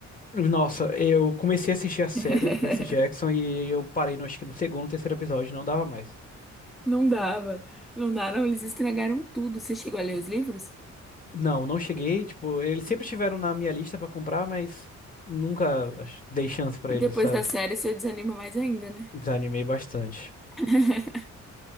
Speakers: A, on the left; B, in the centre.
A: Nossa, eu comecei a assistir a série
B: <laughs>
A: do Percy Jackson e eu parei, no, acho que no segundo, terceiro episódio, não dava mais.
B: Não dava. Não daram, eles estragaram tudo. Você chegou a ler os livros?
A: Não, não cheguei, tipo, eles sempre estiveram na minha lista pra comprar, mas nunca ach- dei chance pra
B: E
A: eles,
B: depois
A: sabe?
B: da série, você desanima mais ainda, né?
A: Desanimei bastante.
B: <laughs>